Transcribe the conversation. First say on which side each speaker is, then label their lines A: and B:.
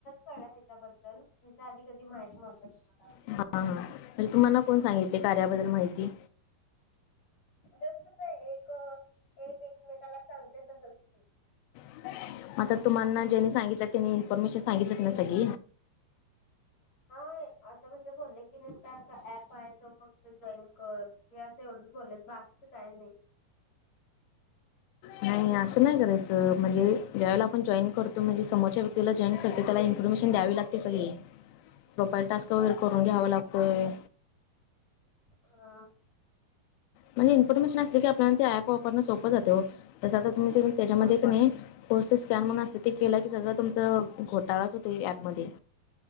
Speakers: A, on the left; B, on the left.
A: कळ ह्याच्याबद्दल ह्याच्या आधी कधी माहित नव्हतं तुम्हाला
B: हा हा म्हणजे तुम्हाना कोण सांगितले कार्याबद्दल माहिती
A: जस काय एक एक एकमेकाला सांगते तसच की
B: ह म आता तुम्हाना जेनी सांगितलं त्यानी इन्फॉर्मेशन सांगितलंत ना सग
A: हा असं म्हणजे बोलले की नसत असा ऍप आहे तो फक्त जॉईन कर हे असं एवढंच बोललंयच बाकीचं काय नाही
B: नाही असं नाही करायचं म्हणजे ज्यावेळेला आपण जॉईन करतो म्हणजे समोरच्या व्यक्तीला जॉईन करते त्याला इन्फॉमेन द्यावी लागते सगळी
A: <inaudible> <unintelligible>
B: प्रोपााईल टास्क वगैरे करून घ्यावा लागतोय
A: हा
B: म्हणजे इन्फॉर्मेशन असली की आपल्याला प वापरणं सोपं जातेो जस आ तुम् त्याच्यामध्ये
A: होय
B: नाही कोड स्कॅन म्हण असते ते केला की सगळं तुमचा घोटाळाच होत ऍपमध्ये